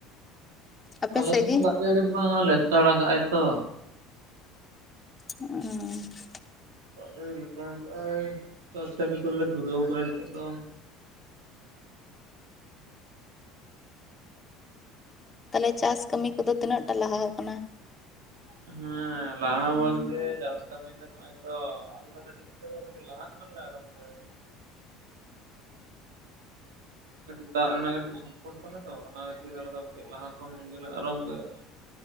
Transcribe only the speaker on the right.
ᱟᱞᱮ
ᱥᱮᱥ
ᱦᱚᱸ ᱫᱟᱜ ᱡᱟᱹᱲᱤ ᱢᱟ ᱞᱮᱛᱟᱲ ᱟᱠᱟᱜ ᱟᱭ ᱛᱚ᱾
ᱫᱟᱜ ᱡᱟᱹᱲᱤ ᱞᱮᱛᱟᱲᱟᱠᱟᱜ ᱟᱭ ᱪᱟᱥ ᱠᱟᱹᱢᱤ ᱠᱚᱨᱮᱞᱮ ᱫᱷᱩᱨᱟᱹᱣ ᱟᱠᱟᱱᱟ ᱱᱤᱛᱚᱜ ᱫᱚ᱾
ᱦᱮᱸ ᱞᱟᱦᱟ ᱵᱚᱞᱛᱮ ᱪᱟᱥ ᱠᱟᱹᱢᱤ ᱫᱚ ᱱᱚᱜᱼᱚᱭ ᱛᱚ ᱟᱞᱮ ᱫᱚ ᱠᱟᱹᱴᱤᱡ ᱱᱚᱛᱮ ᱫᱚ ᱠᱟᱹᱴᱤᱡ ᱞᱟᱦᱟ ᱠᱷᱚᱱᱞᱮ ᱟᱨᱚᱢᱵᱷᱚᱭᱟ ᱟᱨᱠᱤ᱾ ᱠᱟᱹᱴᱤᱡ ᱫᱟᱜ ᱨᱮᱱᱟᱜ ᱠᱟᱹᱴᱤᱡ ᱥᱚᱝᱠᱚᱴ ᱛᱟᱞᱮ ᱛᱚ ᱚᱱᱟ ᱠᱷᱟᱹᱛᱤᱨ ᱟᱞᱮ ᱫᱚ ᱠᱟᱹᱴᱤᱡ ᱞᱟᱦᱟ ᱠᱷᱚᱱ ᱜᱮᱞᱮ ᱟᱨᱚᱢᱵᱷᱚᱭᱟ᱾